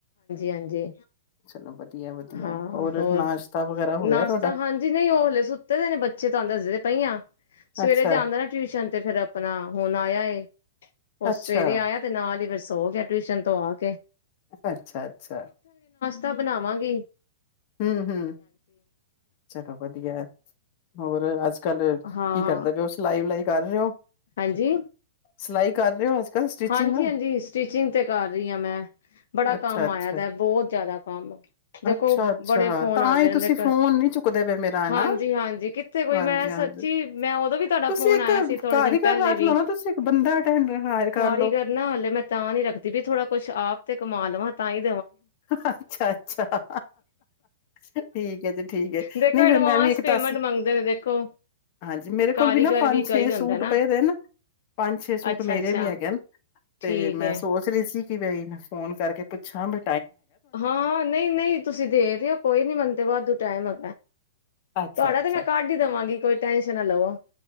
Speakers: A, on the left; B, on the left.
A: ਹਾਂਜੀ
B: ਚਲੋ ਵਧੀਆ-ਵਧੀਆ
A: ਹਾਂ ਹੋਰ
B: ਨਾਸ਼ਤਾ ਵਗੈਰਾ ਹੋ ਗਿਆ
A: ਨਾਸ਼ਤਾ
B: ਤੁਹਾਡਾ?
A: ਹਾਂਜੀ ਨਹੀਂ ਹਲੇ ਸੁੱਤੇ ਦੇ ਨੇ ਬੱਚੇ ਤਾਂ ਦੱਸਦੇ ਪਾਈਆਂ। ਸਵੇਰੇ
B: ਅੱਛਾ,
A: ਜਾਂਦਾ ਨਾ ਟਿਊਸ਼ਨ ਤੇ ਫੇਰ ਆਪਣਾ ਹੁਣ ਆਇਆ ਉਹ
B: ਅੱਛਾ,
A: ਸਵੇਰੇ ਆਇਆ ਤੇ ਨਾਲ ਹੀ ਫ ਸੋ ਗਿਆ ਟਿਊਸ਼ਨ ਤੋਂ ਆ ਕੇ
B: ਅੱਛਾ -ਅੱਛਾ
A: ਨਾ ਬਣਾਵਾਂ ਵੀ
B: ਹੂੰ- ਹੂੰ ਚਲੋ ਵਧੀਆ। <unintelligible> ਹੋਰ ਅੱਜ ਕੱਲ ਕੀ
A: ਹਾਂ
B: ਕਰਦਾ ਵੀ ਪਏ ਉ ਸਲਾਈ ਵਲਾਈ ਕਰ ਰਹੇ ਹੋ।
A: ਹਾਂਜੀ
B: ਸਿਲਾਈ ਕਰ ਰਹੇ ਹੋ ਅੱਜ ਕੱਲ ਸਟਿਚਿੰਗ
A: ਹਾਂਜੀ ਹਾਂਜੀ ਸਟਿਚਿੰਗ ਤੇ ਕਰ ਰਹੀ ਹਾਂ ਮੈਂ ਬੜਾ
B: ਅੱਛਾ
A: ਕੰਮ
B: ਅੱਛਾ
A: ਆਇਆ ਦਾ ਬਹੁਤ ਜ਼ਿਆਦਾ ਕੰਮ ਦੇਖੋ
B: ਅੱਛਾ -ਅੱਛਾ
A: ਬੜੇ ਫੋਨ
B: ਤਾਂ
A: ਆਉਂਦੇ
B: ਹੀ
A: ਰਹਿੰਦੇ।
B: ਤੁਸੀਂ ਫੋਨ ਨੀ ਚੁੱਕਦੇ ਪਏ ਮੇਰਾ ਹੈਨਾ
A: ਹਾਂਜੀ ਹਾਂਜੀ ਕਿੱਥੇ ਕੋਈ
B: ਹਾਂਜੀ
A: ਮੈਂ
B: -ਹਾਂਜੀ
A: ਸੱਚੀ ਮੈਂ ਉਦੋਂ ਵੀ ਤੁਹਾਡਾ
B: ਤੁਸੀਂ
A: ਫੋਨ
B: ਇੱਕ
A: ਆਇਆ ਸੀ ਥੋੜੇ
B: ਘਰ
A: ਦਿਨ
B: ਹੀ
A: ਪਹਿਲੇ
B: ਘਰ
A: ਵੀ
B: ਲਓ ਨਾ ਤੁਸੀਂ ਇੱਕ ਬੰਦਾ ਅਟੈਂਡ
A: ਕਾਰੀਗਰ
B: ਕਰ ਲਓ
A: ਨਾ ਹਲੇ ਮੈਂ ਤਾਂ ਨੀ ਰੱਖਦੀ ਵੀ ਥੋੜਾ ਕੁਛ ਆਪ ਤੇ ਕਮਾ ਲਵਾਂ ਤਾਂ ਈ
B: ਅੱਛਾ -ਅੱਛਾ ਠੀਕ ਹੈ ਜੀ ਠੀਕ ਹੈ
A: ਦੇਖੋ
B: ਨਹੀਂ
A: ਐਡਵਾਂਸ
B: ਫੇਰ ਮੈਂ ਵੀ ਇੱਕ
A: ਪੇਮੈਂਟ
B: ਦਸ
A: ਮੰਗਦੇ ਨੇ ਦੇਖੋ
B: ਹਾਂਜੀ ਮੇਰੇ
A: ਕਾਰੀਗਰ
B: ਕੋਲ ਵੀ ਨਾ ਪੰਜ
A: ਕਈ
B: ਛੇ ਸੂਟ
A: ਹੁੰਦਾ
B: ਪਏ ਦੇ ਨਾ ਪੰਜ ਛੇ ਸੂਟ
A: ਅੱਛਾ-ਅੱਛਾ
B: ਮੇਰੇ ਵੀ ਹੈਗੇ
A: ਠੀਕ
B: ਤੇ ਮੈਂ
A: ਹੈ
B: ਸੋਚ ਰਹੀ ਸੀ। ਕੀ ਬਈ ਮੈਂ ਫੋਨ ਕਰਕੇ ਪੁੱਛਾਂ ਬਈ
A: ਹਾਂ ਨਹੀਂ ਨਹੀਂ ਤੁਸੀਂ ਦੇ ਰਹੇ ਹੋ ਕੋਈ ਨੀ ਮੰਨਦੇ ਵਦੂ ਟਾਈਮ ਆ
B: ਅੱਛਾ
A: ਤੁਹਾਡਾ
B: ਅੱਛਾ
A: ਤੇ ਮੈਂ ਕੱਢ ਹੀ ਦੇਵਾਂਗੀ ਕੋਈ ਟੈਂਨਸ਼ਨ ਨਾ ਲਵੋ